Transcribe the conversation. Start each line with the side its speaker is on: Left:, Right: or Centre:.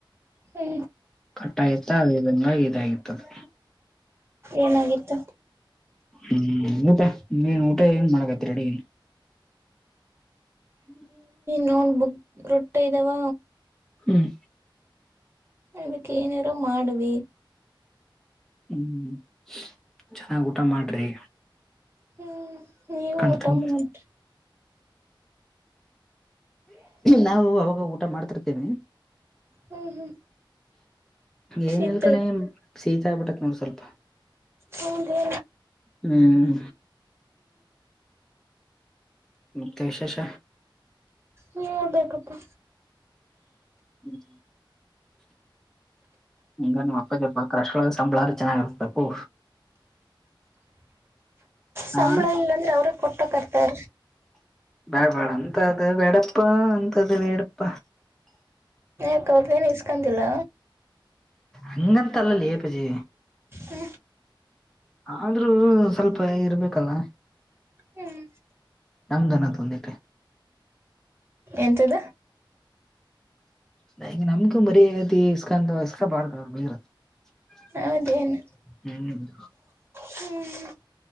Right: ಎ
Centre: ಕಟ್ಟಾಗಿತ್ತ ಆಂಗ ಇದಾಗಿತದೆ
Right: ಏನಾಗಿತ್ತು
Centre: ಹ್ಮ್ ಊಟ ನೀನ್ ಊಟ ಏನ್ ಮಾಡಳಗತ್ ಅಡಿನ್ ಹ್ಮ್
Right: ನೋಟ್ ಬುಕ್ ರೊಟ್ಟ ಇದ್ದಾವ
Centre: ಹ್ಮ್
Right: ಇದಕ್ಕ ಏನಿಾರೋ ಮಾಡವಿ
Centre: ಹ್ಮ್ ಚೆನ್ನಾಗಿ್ ಊಟ ಮಾಡ್ರಿ
Right: ಹ್ಮ್ ನೀವು
Centre: ಕಣ್ತುಂಬ
Right: ಊಟ ಮಾಡ್ರಿ
Centre: ನಾವು ಅವಾಗ ಊಟ ಮಾಡ್ತಿರ್ತೇವೆ
Right: ಹ್ಮ್ ಹ್ಮ್
Centre: ಏನ್
Right: ಸಿಗ್ತೇವೆ
Centre: ನಿಲ್ಕಣಿ ಸೀತಾ ಆಬಿಟ್ಟಕ್ ನೋಡ ಸ್ವಲ್ಪ
Right: ಹದ
Centre: ಹ್ಮ್ ಮತ್ತ ವಿಶೇಷ
Right: ನೀವ್ ಹೇಳ್ಬೇಕಪ್ಪ
Centre: ಹ್ಮ್ ಹಂಗ ನಿಮ್ಮ ಅಪ್ಪ ಜಪಾ ಕ್ರಷ್ಟೊಳ ಸಂಬಳಾರ ಚೆನ್ನಾಗಿರ್ಬೇಕು ಹಾ
Right: ಸಂಬಳ ಇಲ್ಲಾಂದ್ರೆ ಅವ್ರ ಕೊಟ್ಟಕರ್ತಾರ
Centre: ಬ್ಯಾಳ್ಬಳ ಅಂತದ ವೇಡಪ್ಪ ಅಂತ್ದ ವೇಡಪ್ಪ
Right: ನೀ ಕಲ್ದೇನು ಇಸ್ಕೊಂತಿಲ್ಲ
Centre: ಹಂಗಂತ ಅಲ್ಲಲ್ಲಿಪಜಿ
Right: ಹ್ಮ
Centre: ಆದ್ರೂ ಸ್ವಲ್ಪ ಇರ್ಬೇಕಲ್ಲ
Right: ಹ್ಮ್
Centre: ನಮ್ದನ್ನ ತೊಂದೆ
Right: ಎಂತದ
Centre: ನ ಈಗ ನಮ್ಗು ಮರತಿ ಇಸ್ಕಾಂತ ಇಸ್ಕಾ ಬಾರ್ದ ಅವ ಬತ್ತ ಹ್ಮ
Right: ಹೌದೇನು
Centre: ಹ್ಮ್
Right: ಹ್ಮ್